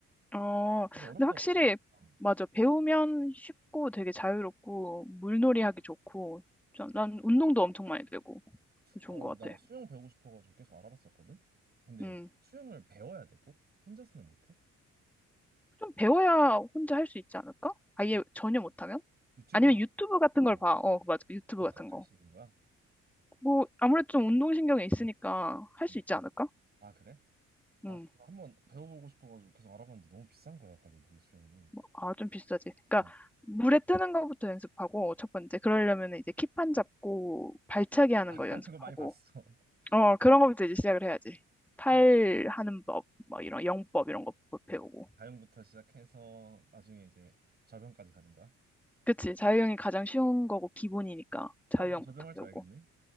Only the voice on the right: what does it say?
되게 어렵더라고.
어
어,
나
수영 배우고 싶어가지고 계속 알아봤었거든. 근데
수영을 배워야 되고 혼자서는 못해.
응.
유튜브
가서
어
독학할
수 있는 거야.
응.
아 그래? 아,
그래서 한번 배워보고 싶어가지고 계속 알아봤는데 너무 비싼 거야, 가격이 수영이.
어.
<laughs>
아,
그거
많이 봤어. <laughs>
그거
가용부터 시작해서 나중에 이제 접영까지 가는 거야?
어, 그럼 접영할 줄
알겠네?